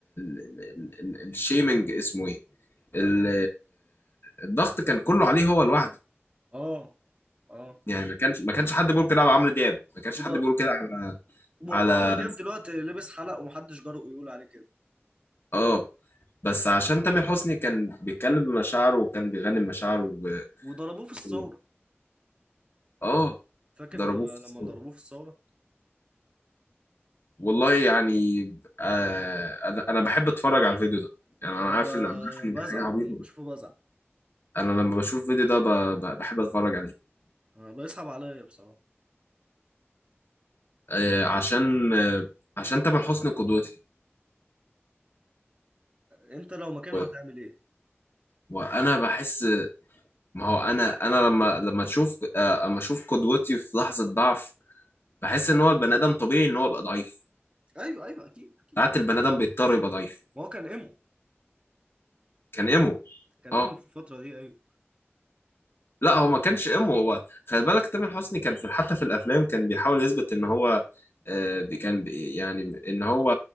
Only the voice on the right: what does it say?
اه اه
وضر...
وعمرو
دياب دلوقتي لبس حلق ومحدش جرؤ يقول عليه كده
وضربوه في الثورة
فاكر
لما
لما ضربوه في الثورة
انا
ب-
بزعل
لما بشوفه بزعل
أنا بيصعب عليا بصراحة
انت لو مكانه
هتعمل ايه
ايوه ايوه اكيد اكيد
ما
هو كان ايمو
كان
ايمو في الفترة دي ايوه